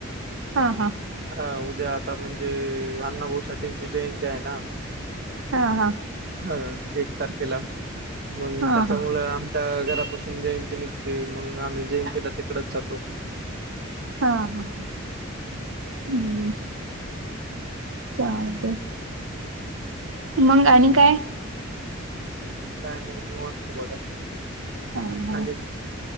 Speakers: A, on the right; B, on the right.
A: हा हा.
B: हा उद्या आता म्हणजे अण्णा भाऊ साठेंची जयंती हाय ना.
A: हा हा.
B: ह एक तारखेला मग
A: हा
B: त्याच्यामुळ
A: हा
B: आम घरापासून जयंती निघते मग आम्ही जयंतीला तिकडच जातो.
A: हा हा हा. हम्म चालतंय.
B: हम्.
A: मंग आणि काय.
B: आणि काय नाय निवांत बघा
A: हा हा
B: आणि